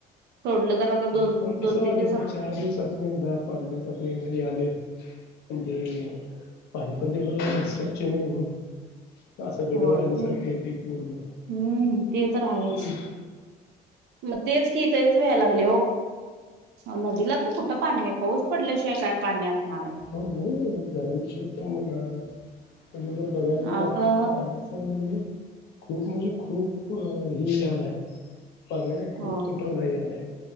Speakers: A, on the right (about 85°); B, on the left (about 75°).
A: सोडलं तर आता
B: ते
A: दोन
B: पण कसं व्हायलंय
A: तीन दिवस-
B: चार दिवसात. एक पाच दिवसातले <unintelligible> घरी आलोय. पण ते, पाणी पण तेवंढ स्वच्छ नाही हो. असं गढूळ
A: होय
B: आल्यासारखं
A: ते
B: येतय पूर्ण.
A: हम्म ते तर आहेच
B: हं.
A: मग तेच कि. तेच व्हायला लागलय की हो. नदीला तर कुठं पाणी आहे? पाऊस पडल्याशिवाय काय पाणी असणार आहे?
B: हो. नाही गरम क्षेत्र <unintelligible> तुम्ही जर बघायला गेलं
A: आता
B: तर पाण्याच- म्हणजे, खूप म्हणजे खूप हे झालंय. पाण्याचा खूप
A: हो
B: तुटवडा यायलाय.